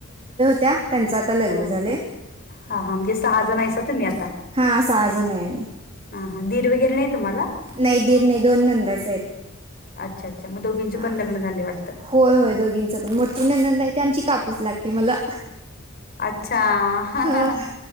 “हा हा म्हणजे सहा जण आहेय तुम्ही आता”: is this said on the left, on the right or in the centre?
Left